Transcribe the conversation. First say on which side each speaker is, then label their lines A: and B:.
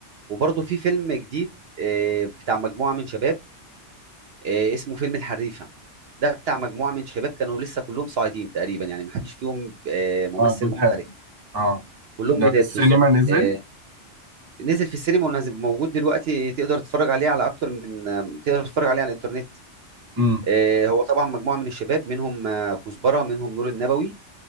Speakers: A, on the right; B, on the right.
A: وبرضه في فيلم جديد آه، بتاع مجموعة من شباب آه، اسمه فيلم الحريفه ده بتاع مجموعه من شباب كانوا لسه كلهم صاعدين تقريبا يعني ما حدش فيهم آه، ممثل
B: اه جداد
A: محترف
B: اه
A: كلهم
B: ده
A: جداد
B: في السينما
A: بالظبط
B: نزل
A: آه، نزل في السينما ونز- موجود دلوقتي تقدر تتفرج عليه على اكتر من آه، تقدر تتفرج عليه على الانترنت
B: امم
A: آه، هو طبعا مجموعه من الشباب منهم آه، كزبره منهم نور النبوي